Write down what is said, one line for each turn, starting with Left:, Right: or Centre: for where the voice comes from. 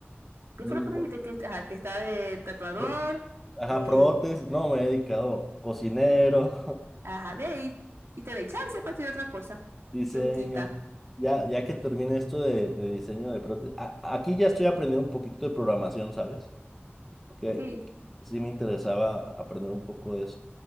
Right: qué
Centre: <laughs>
Right: fue lo
Centre: Lu-
Right: que me dijiste que, ajá, que estaba de tatuador,
Centre: pro- Ajá,
Right: eh,
Centre: prótesis, no, me he dedicado cocinero,
Right: ajá, ve y, y te doy chance
Centre: <laughs> sí,
Right: para estudiar otra cosa.
Centre: diseño.
Right: ¿Quién quita?
Centre: Ya, ya que termine esto de, de diseño de prótesis, a- aquí ya estoy aprendiendo un poquito de programación, ¿sabes? que
Right: Sí.
Centre: sí me interesaba aprender un poco de eso.